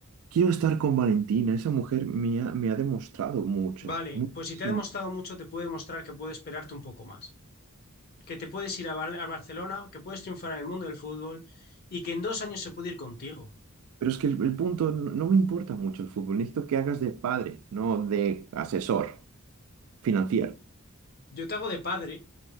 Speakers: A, on the right; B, on the left.
A: quiero estar con Valentina. Esa mujer me ha, me ha demostrado mucho,
B: vale,
A: muchísimo.
B: pues si te ha demostrado mucho, te puede demostrar que puede esperarte un poco más. Que te puedes ir a, Val- a Barcelona, que puedes triunfar en el mundo del fútbol y que en dos años se puede ir contigo.
A: Pero es que el, el punto, no, no me importa mucho el fútbol. Necesito que hagas de padre, no de asesor financiero.
B: Yo te hago de padre